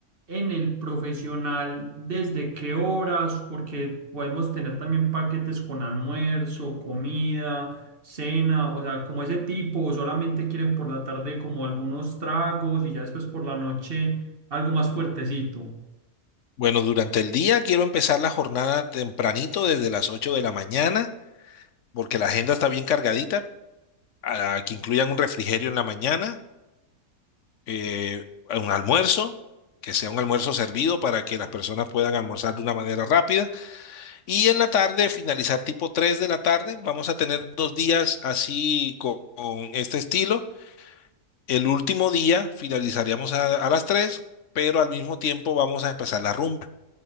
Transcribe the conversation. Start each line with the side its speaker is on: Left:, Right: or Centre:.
Right: en el profesional desde qué horas, porque podemos tener también paquetes con almuerzo, comida, cena, o sea, como ese tipo, o solamente quieren por la tarde como algunos tragos y ya después por la noche algo más fuertecito,
Left: Bueno, durante el día quiero empezar la jornada tempranito desde las 8 de la mañana, porque la agenda está bien cargadita, a- que incluyan un refrigerio en la mañana, eh, un almuerzo, que sea un almuerzo servido para que las personas puedan almorzar de una manera rápida. Y en la tarde, finalizar tipo tres de la tarde, vamos a tener dos días así con, con este estilo. El último día finalizaríamos a, a las tres pero al mismo tiempo vamos a empezar la rumba.